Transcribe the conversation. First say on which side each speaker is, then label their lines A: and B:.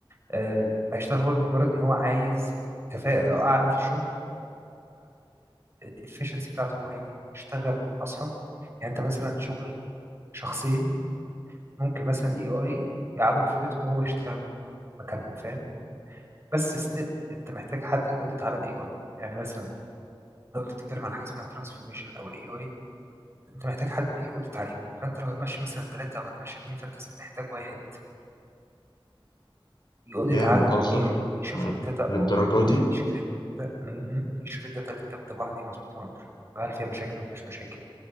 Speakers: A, on the right; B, on the left.
A: آه، هيشتغل هو لمجرد ان هو عايز كفاءة اعلى في الشغل الافشنسي بتاعته ان هو يشتغل اسرع يعني انت مثلا شغل شخصين ممكن مثلا الاي اي يقعدهم في بيتهم وهو يشتغل مكانهم فاهم بس ستيل انت محتاج حد يقودت على الاي اي يعني مثلا لو انت بتتكلم على حاجه اسمها ترانسفورميشن او الاي اي انت محتاج حد يقودت عليهم فانت لو هتمشي مثلا ثلاثه او هتمشي اثنين فانت محتاج واحد يقودت
B: ياه
A: على
B: بتهزر
A: الاي اي يشوف
B: آه،
A: الداتا
B: للدرجه
A: اه
B: دي
A: يشوف الداتا مهم. يشوف إيه الداتا اللي انت مطلعها دي مظبوطه ولا مش مظبوطه هل فيها مشاكل ولا ما فيهاش مشاكل